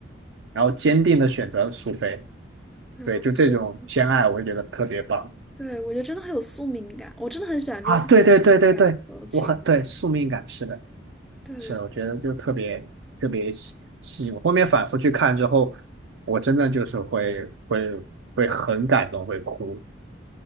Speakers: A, on the right; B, in the centre.
A: 然后坚定的选择苏菲，
B: 对，
A: 对，
B: 我觉得，
A: 就这种偏爱，我也觉得特别棒。
B: 对，我觉得真的很有宿命感，我真的很喜欢这种很有宿命感的情侣。
A: 啊，对对对对对，我很对宿命感，是的，
B: 对，
A: 是的，我觉得就特别特别吸吸引我。后面反复去看之后，我真的就是会会会很感动，会哭。